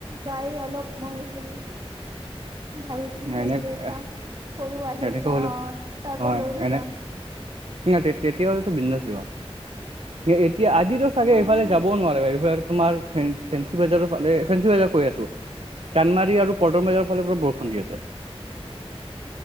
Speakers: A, on the right; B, on the right.
A: যাই অলপ ম হেৰি ভাইটি
B: এনে
A: আছে এটা
B: এ
A: সৰু আহিছে
B: এনেকে হ'লে
A: অঁ তাক
B: হয়
A: লৈ
B: এনে
A: যাম
B: না তেতিয়া হ'লে টো বিনদাছ যোৱা এতিয়া আজিতো চাগে
A: অ
B: এইফালে
A: সেইটো
B: যাবও নোৱাৰে এইফালে তোমাৰ ফেঞ্চি বাজাৰৰ ফালে ফেঞ্চি বাজাৰ কৈ আছো চানদমাৰি আৰু পদৰ বজাৰৰ ফালে পুৰা বৰষুণ দি আছে উ